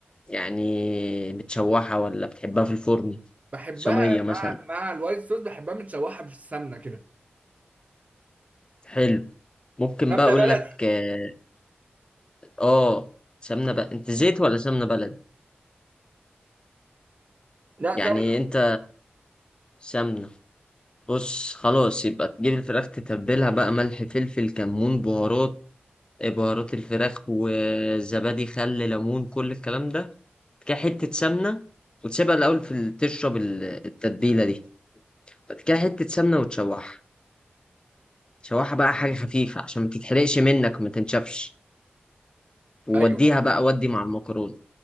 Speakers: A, on the left; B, on the right.
A: يعني متشوحة ولا بتحبها في الفرن
B: بحبها
A: صينية مثلا
B: مع مع الوايت صوص بحبها متشوحه في السمنه كده
A: حلو ممكن
B: سمنه
A: بقى أقول
B: بلدي
A: لك آه آه، سمنة بقى أنت زيت ولا سمنة بلدي
B: لا
A: يعني
B: سمنه
A: أنت سمنة بص خلاص يبقى تجيب الفراخ تتبلها بقى ملح فلفل كمون بهارات بهارات الفراخ وزبادي خل ليمون كل الكلام ده بعد كده حتة سمنة وتسيبها الأول في ال- تشرب ال- التتبيلة دي بعد كده حتة سمنة وتشوحها تشوحها بقى حاجة خفيفة عشان ما تتحرقش منك وما تنشفش ووديها
B: ايوه
A: بقى ودي مع المكرونة